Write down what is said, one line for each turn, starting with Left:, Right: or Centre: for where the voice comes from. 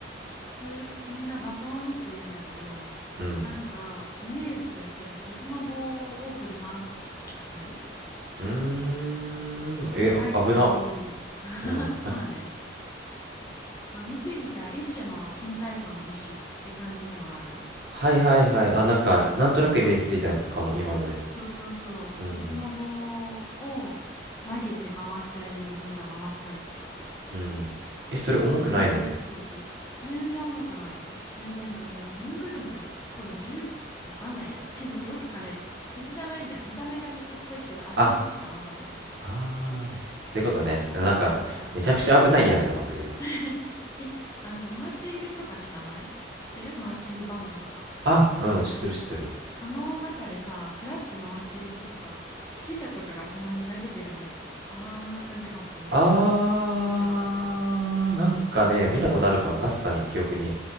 Left: つ、みんなバトンって言うんだけど、
Right: うん。
Left: なんか、イメージとしては鉄の棒を振りますみたいな感じ
Right: うーん。え、
Left: それ投げたり
Right: あ危な。
Left: <laughs>、
Right: うん。
Left: まあね、まあ、見てみたら一種の新体操の一種って感じにもなるかも。
Right: はいはいはい。あ、なんか、なんとなくイメージついたかも、今ので。
Left: そうそうそう、
Right: うんうん
Left: 鉄の棒を投げて回してる間に自分が回ったりとか。
Right: うんうんえそれ重くないの
Left: そういう競技。全然重くないよ。全然全然。何グラムだろう多分10、わかんないや。<laughs> けどすごく軽い。鉄じゃないんだよ。見た目が鉄っぽいけど、アルミとかかな、
Right: あ
Left: 多分。
Right: ああーそういうことねなんかめちゃくちゃ危ないやんと思ったけど
Left: そうそうそうそうそう。<laughs> え、あのさ、マーチングとか知らない知ってるマーチングバンドとか。
Right: あうん知ってる知ってる
Left: あの中でさ、フラッグ回してる人とか、指揮者とかがたまに投げてるんだけど、あんな感じかも、イメージ。
Right: あーなんかね見たことあるかもかすかに記憶に
Left: もしわかったら。